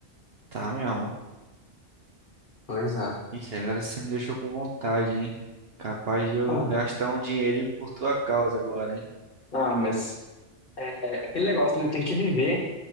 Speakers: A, on the right; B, on the left.
A: Tá mesmo.
B: Pois é.
A: Ixi, agora você me deixou com vontade, hein? Capaz de eu
B: Ah,
A: gastar um dinheirinho por tua causa agora, hein?
B: ah, mas é aquele negócio, né? Tem que viver